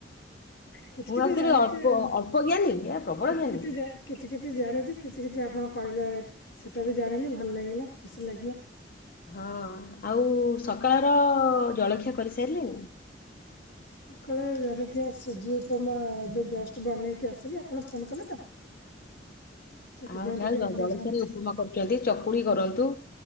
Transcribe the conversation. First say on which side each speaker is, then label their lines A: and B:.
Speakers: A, on the left; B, on the left.
A: କିଛି
B: ମୁଁ
A: କିଛି
B: ଭାବୁଥିଲି
A: ଜାଣିଛି
B: ଅଳ୍ପ
A: ଆଉ।
B: ଅଳ୍ପ ଜ୍ଞାନୀ ଏ ପ୍ରବଳ
A: କିଛି
B: ଜ୍ଞାନୀ।
A: କିଛି ଜା କିଛି କିଛି ଜାଣିଚି କିଛି କିଛି ଆପଣ କହିଲେ ସେଟା ବି ଜାଣିଲି ଭଲ ଲାଗିଲା ଖୁସି ଲାଗିଲା।
B: ହଁ ଆଉ ସକାଳର ଜଳଖିଆ କରି ସାରିଲେଣି?
A: ସକାଳର ଜଳଖିଆ ସୁଜି ଉପମା ଏବେ ଜଷ୍ଟ ବନେଇକି ଆସିଲି ଆପଣ ଫୋନ କଲେ ତ। ସେଥିପାଇଁ
B: ଆଉ ଯାହୋଉ
A: ଟିକେ
B: ଜ-ଜଳଖିଆରେ
A: ଆପଣ ସାଙ୍ଗେ
B: ଉପମା କରୁଚନ୍ତି ଚକୁଲି କରନ୍ତୁ